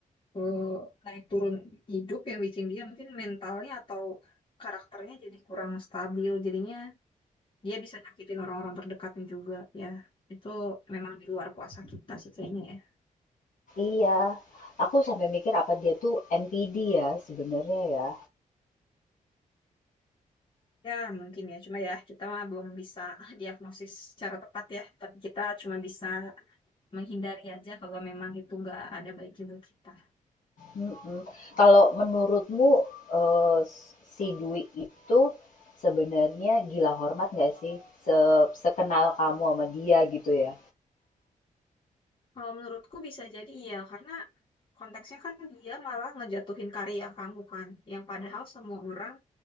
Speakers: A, on the left (about 35°); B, on the left (about 65°).
A: eh, naik turun hidup yang bikin dia mungkin mentalnya atau karakternya jadi kurang stabil jadinya dia bisa nyakitin orang-orang terdekatnya juga ya itu memang di luar kuasa kita sih kayaknya ya
B: Iya, aku sampai mikir apa dia tuh NPD ya sebenarnya ya.
A: ya mungkin ya cuma ya kita mah belum bisa <laughs> diagnosis secara tepat ya tapi kita cuma bisa menghindari aja kalau memang itu nggak ada baik juga kita
B: Mm-mm. Kalau menurutmu eh, si Dwi itu sebenarnya gila hormat nggak sih? Se- Sekenal kamu sama dia gitu ya.
A: Kalau menurutku bisa jadi iya, karena konteksnya kan dia malah ngejatuhin karya kamu kan, yang padahal semua orang